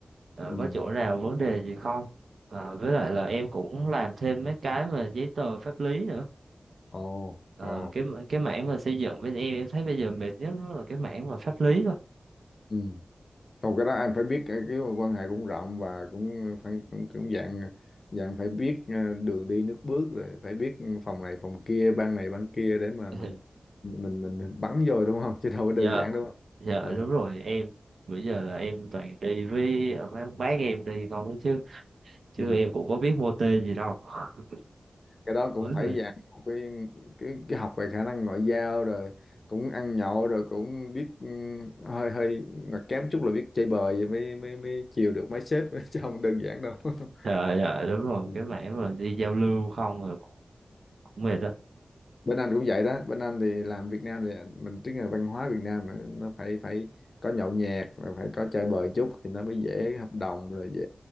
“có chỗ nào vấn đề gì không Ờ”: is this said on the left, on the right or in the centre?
Right